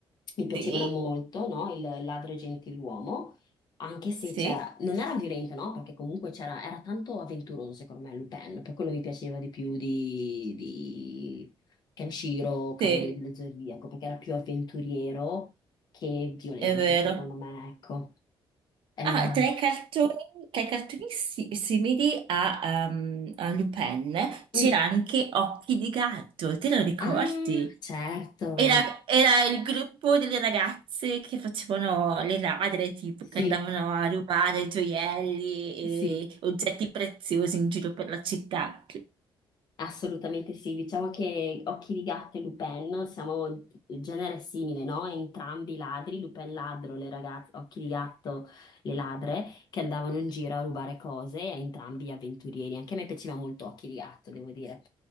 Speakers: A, on the left; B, on the right.
A: mi piacevano
B: Sì,
A: molto, no? Il ladro e gentiluomo. Anche
B: sì,
A: se c'era, non era violento, no? Perché comunque c'era, era tanto avventuroso, secondo me, Lupin, per quello mi piaceva di più di, di Kenshiro, Cavaliere
B: sì,
A: dello Zodiaco, perché era più avventuriero che violento,
B: è vero.
A: secondo me, ecco. Eh,
B: Ah, tra i cartoni, tra i cartoni si- simili a, ehm, a Lupin c'era
A: uh,
B: anche Occhi di gatto, te lo ricordi?
A: ah, certo,
B: Era, era il gruppo delle ragazze che facevano le ladre, tipo,
A: sì,
B: che andavano a rubare gioielli e
A: sì.
B: oggetti preziosi in giro per la città.
A: Assolutamente sì, diciamo che Occhi di Gatto e Lupin siamo genere simile, no? Entrambi ladri, Lupin ladro, le ragazze, Occhi di Gatto le ladre che andavano in giro a rubare cose, e entrambi avventurieri. Anche a me piaceva molto Occhi di Gatto, devo dire.